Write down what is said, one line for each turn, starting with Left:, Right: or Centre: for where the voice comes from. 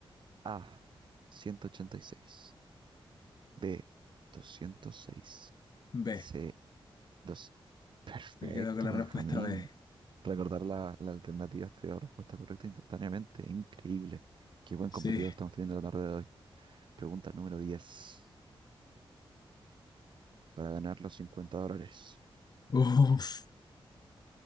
Right: A. Ciento ochenta y seis. B. Doscientos seis.
Left: B.
Right: C. Dos. Perfecto,
Left: Me quedo con la
Right: Benjamín.
Left: respuesta B.
Right: Recordar la, la alternativa te dio la respuesta correcta instantáneamente. Increíble. Qué buen
Left: Sí.
Right: competidor estamos teniendo la tarde de hoy. Pregunta número diez Para ganar los 50 dólares,
Left: <laughs> Uf.